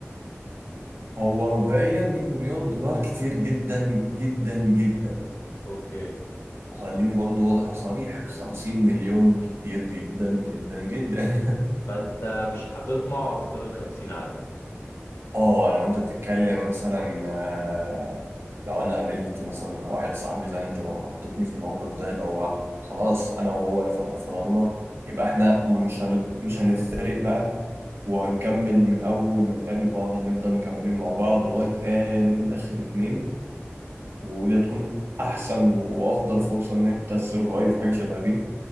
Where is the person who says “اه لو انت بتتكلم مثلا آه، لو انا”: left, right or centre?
Right